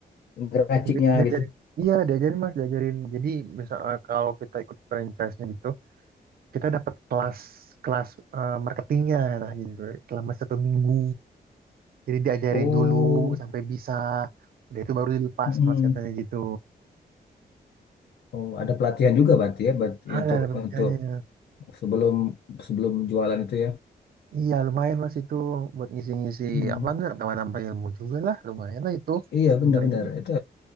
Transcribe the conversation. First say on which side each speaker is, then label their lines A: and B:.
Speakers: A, on the left; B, on the right.
A: ngeraciknya
B: Dia- Diajarin.
A: gitu.
B: Iya, diajarin Mas, diajarin. Jadi misal eh, kalau kita ikut franchise-nya gitu, kita dapat kelas kelas eh, marketingnya nah gitu selama satu minggu. Jadi diajarin
A: Oh,
B: dulu sampai bisa. Udah itu baru dilepas
A: mm-mm.
B: Mas katanya gitu.
A: Oh, ada pelatihan juga berarti ya berarti
B: Ada,
A: untuk
B: ada penelitiannya.
A: untuk sebelum sebelum jualan itu ya.
B: Iya lumayan mas itu buat ngisi-ngisi
A: Hmm.
B: apa enggak nambah-nambah ilmu juga lah lumayan lah itu
A: Iya,
B: sebenarnya.
A: benar-benar. Itu